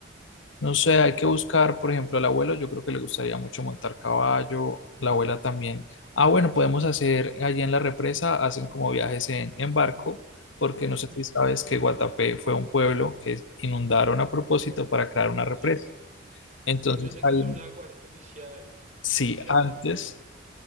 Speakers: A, on the left (about 85°); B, on the right (about 40°).
A: No sé, hay que buscar, por ejemplo, al abuelo, yo creo que le gustaría mucho montar caballo, la abuela también. Ah, bueno, podemos hacer allí en la represa, hacen como viajes en, en barco, porque no
B: Ujú,
A: sé si sabes que Guatapé fue un pueblo que inundaron a propósito para crear una represa.
B: Sí,
A: Entonces,
B: sí, yo sé que
A: hay
B: es
A: una-
B: un lago artificial.
A: sí,
B: Chévere.
A: antes